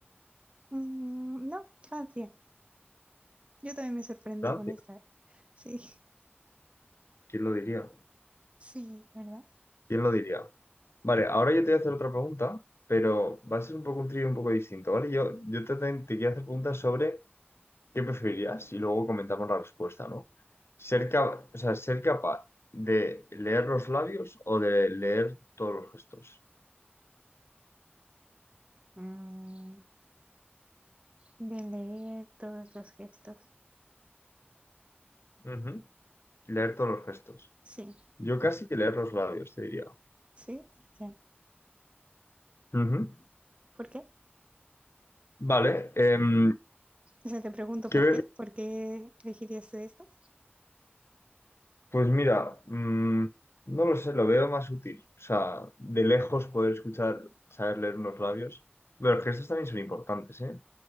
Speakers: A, on the right (about 30°); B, on the left (about 75°).
A: Mm, no, Francia. Yo también me sorprendí
B: ¿Francia?
A: con esta. Sí,
B: ¿Quién lo diría?
A: sí, ¿verdad?
B: ¿Quién lo diría? Vale, ahora yo te voy a hacer otra pregunta, pero va a ser un poco un trivia un poco distinto, ¿vale? Yo, yo te, te quiero hacer preguntas sobre ¿Qué preferirías? Y luego comentamos la respuesta, ¿no? Ser, ca- o sea, ser capaz de leer los labios o de leer todos los gestos.
A: Mm, de leer todos los gestos.
B: Ujú. Leer todos los gestos.
A: Sí,
B: Yo casi que leer los labios, te diría.
A: sí, ¿por qué?
B: Ujú.
A: ¿Por qué?
B: Vale. em,
A: O sea, te pregunto
B: ¿qué
A: por
B: ve-
A: qué. ¿Por qué elegirías tú esto?
B: Pues mira, mm, no lo sé, lo veo más útil. O sea, de lejos poder escuchar, saber leer unos labios. Pero los gestos también son importantes, ¿eh? O